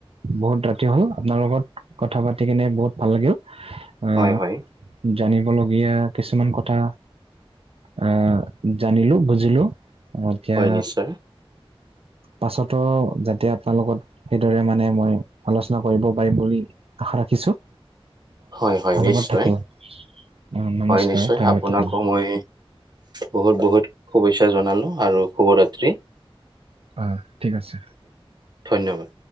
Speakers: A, on the right; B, on the right.
A: বহুত ৰাতি হ'ল আপনাৰ লগত কথা পাতি কেনে বহুত ভাল লাগিল আহ
B: হয় হয়
A: জানিবলগীয়া কিছুমান কথা আহ জানিলো বুজিলোঁ এতিয়া
B: হয় নিশ্চয়
A: পাছতো যাতে আপোনালোকত সেইদৰে মানে মই আলোচনা কৰিব পাৰিম বুলি আশা ৰাখিছোঁ
B: হয় হয়
A: ধন্যবাদ
B: নিশ্চয়
A: থাকে অ নমস্কাৰ
B: হয় নিশ্চয়
A: <unintelligible>
B: আপোনাকো
A: থাকিম
B: মই বহুত বহুত শুভেচ্ছা জনালোঁ আৰু শুভৰাত্ৰি
A: অ' ঠিক আছে
B: ধন্যবাদ